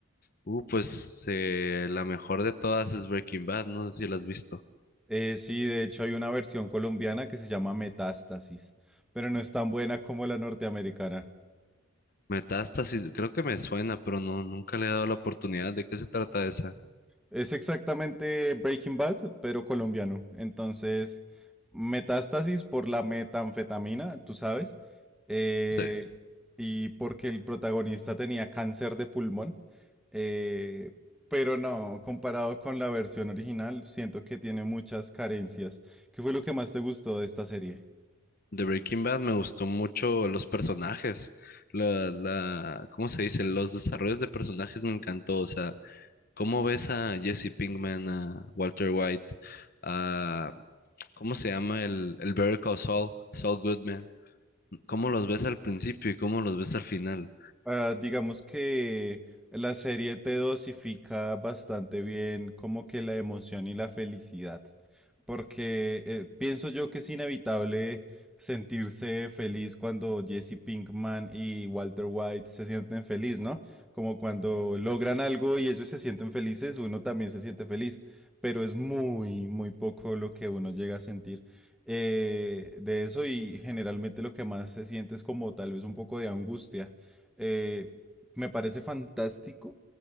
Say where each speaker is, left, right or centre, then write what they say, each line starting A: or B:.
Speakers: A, on the left; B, in the centre.
A: Uh, pues eh, la mejor de todas es Breaking Bad, no sé si la has visto.
B: Eh, sí, de hecho hay una versión colombiana que se llama Metástasis, pero no es tan buena como la norteamericana.
A: Metástasis, creo que me suena, pero no, nunca le he dado la oportunidad. ¿De qué se trata esa?
B: Es exactamente Breaking Bad, pero colombiano. Entonces, metástasis por la metanfetamina, tú sabes, eh,
A: Sí,
B: y porque el protagonista tenía cáncer de pulmón. eh, pero no, comparado con la versión original, siento que tiene muchas carencias. ¿Qué fue lo que más te gustó de esta serie?
A: de Breaking Bad me gustó mucho los personajes, la, la, ¿cómo se dice? Los desarrollos de personajes me encantó, o sea, cómo ves a Jesse Pinkman, a Walter White, a, ¿cómo se llama? El, el Better Call Saul, Saul Goodman, cómo los ves al principio y cómo los ves al final.
B: Ah, digamos que la serie te dosifica bastante bien como que la emoción y la felicidad, porque eh, pienso yo que es inevitable sentirse feliz cuando Jesse Pinkman y Walter White se sienten feliz, ¿no? Como cuando logran algo y ellos se sienten felices, uno también se siente feliz, pero es muy, muy poco lo que uno llega a sentir eh, de eso y generalmente lo que más se siente es como tal vez un poco de angustia eh, me parece fantástico